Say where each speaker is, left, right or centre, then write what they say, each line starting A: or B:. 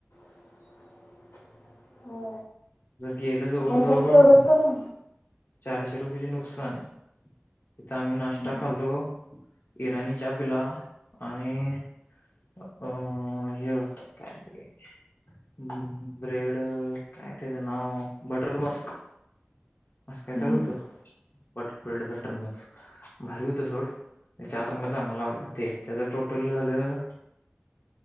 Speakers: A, on the left; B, on the left.
A: <inaudible> हो.
B: गेलं जवळ
A: म
B: जवळ
A: फक्त एवढंच करू?
B: चारशे रुपयेचे नुकसान. तिथं आम्ही नाश्ता
A: हम्म
B: खाल्लो- इराणी चहा पिला आणि- अ हे- काय ते? हम्. ब्रेड, काय तेच नाव बटर मस्क. म काय चाल
A: हम्म
B: होतं वॉटरफल्ड बॅटन मॅक्स भारी होत सोड. चाह संग चांगला लागलं ते त्याचं टोटल झालं-